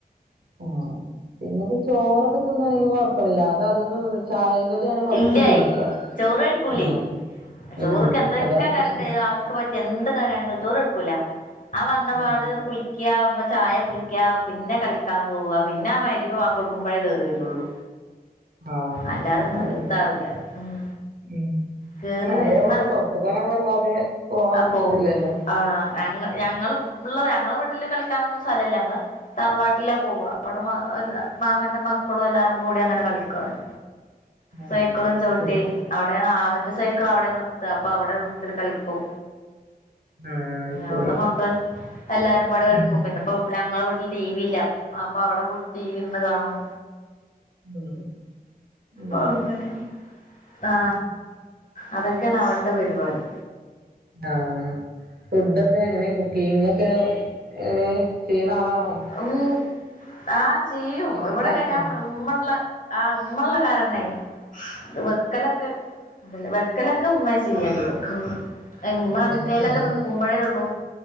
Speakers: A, on the right; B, on the left.
A: ആഹ് പിന്നെപ്പ ചോറൊക്കെ തിന്നാണെങ്കിൽ കൊഴ പ്പല്ല അത് അതൊന്ന് ചായേം കടിയാണ് ഫസ്റ്റ്
B: ഇല്ലേയ്
A: ചോദിക്കാ
B: ചോറ് കഴിക്കൂലേയ്
A: ആഹ്
B: ചോറ്ക്ക്
A: ഉം
B: എന്തൊക്കെ
A: അതാണ്
B: കറി
A: പ്രശ്നം
B: ഇണ്ടേലും അവർ ക്ക് പറ്റിയ എന്ത് കാറിയാണെങ്കിലും ചോറ് കഴിക്കൂല ആ വന്നപാട്
A: ആഹ്
B: കുളിക്കാ ചായ കുടി ക്കാ പിന്നെ കളിക്കാൻ പോവാ പിന്നാ മഗ്രിബ് ബാങ്ക് കൊടുക്കുമ്പഴേ കേറി വരുള്ളൂ
A: ആഹ്
B: അല്ലാതൊന്നും
A: അതന്നെ
B: ഇതാവില്ല ഉം
A: ഉം
B: കേറി
A: പ്പൊ മഴയായോണ്ട്
B: വരുന്ന
A: പോർത്തിക്കങ്ങനെ വല്ലാതെ പോവാൻ
B: പോവും
A: ഇതില്ലല്ലോ?
B: ആഹ് ഞങ്ങ ഞങ്ങളും ഉള്ള ഞങ്ങളെ വീട്ടിൽ കളിക്കാനൊന്നും സ്ഥലല്ല ഞങ്ങള് തറവാട്ടില പോവ അവിടെ മാമന്റെ മക്കളും എല്ലാരും കൂടി അങ്ങനെ കളിക്കും. ക്കും
A: ആഹ്
B: സൈക്കളും
A: അത്
B: ചൗട്ടി
A: ശരി
B: അവിടെ അവന്റെ സൈക്കിൾ അവിടെ നിർത്ത അപ്പൊ അവിടെ നിർത്തിട്ട് കളിക്കും.
A: ആഹ് അത് ശരി
B: അവ്ടെ മക്കള് എല്ലാരും പാടെ കളിക്കും
A: ഉം
B: പിന്നെ അപ്പ ഇവിടെ ഞങ്ങളെ വീട്ടില് ടി വി ഇല്ല. അപ്പ അവിടെ പോയിട്ട് ടി വി ഇരുന്ന് കാണും.
A: ഉം. അത്
B: ഓ
A: ശരി
B: ഇന്നലെ. ആ അതൊക്കേണ് അവരുടെ പരിപാടി.
A: ആ ഫുഡൊക്കെ എങ്ങനെ? കുക്കിംഗ് ഒക്കെ എങ്ങനെ? ചെയ്ണ ആളാണോ?
B: ഉം. ആ ചെയ്യും.
A: അല്ലാതെ
B: ഇവിടൊക്കെ
A: ഇണ്ടാക്കോ
B: ഞാൻ മാ ഇമ്മള്ള ആ ഇമ്മള്ള കാരണെ അത് വെക്കലൊക്കെ എന്തല്ല <unintelligible> ക്കലൊക്കെ ഉമ്മെ ചെയ്യധികം. ഇമ്മ
A: അതെല്ലേ
B: എങ്ങനേലൊക്കെ
A: ഏഹ്
B: നിക്കും. പ്പഴേ ഒള്ളു.